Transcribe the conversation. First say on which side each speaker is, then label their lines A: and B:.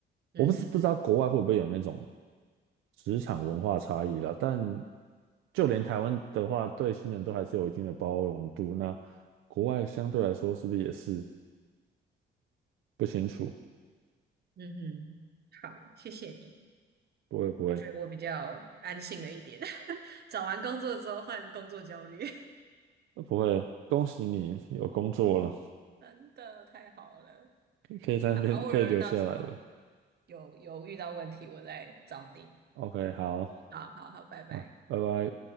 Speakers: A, on the right (about 55°); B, on the right (about 85°).
A: 嗯哼嗯
B: 我不是不知道国外会不会有那种职场文化差异啦，但就连台湾的话，对新人都还是有一定的包容度。那国外相对来说是不是也是不清楚？
A: 嗯哼，好，谢谢你，
B: 不会不会
A: 我觉得我比较安心了一点。<laughs> 找完工作之后换工作焦虑，
B: 呃不会，恭喜你有工作了，
A: <laughs> 真的太好了。
B: 可以在那边可以留下来了。
A: 好，偶尔到时候有有遇到问题我再找你。
B: OK，好
A: 好好好，拜拜。
B: 啊，拜拜。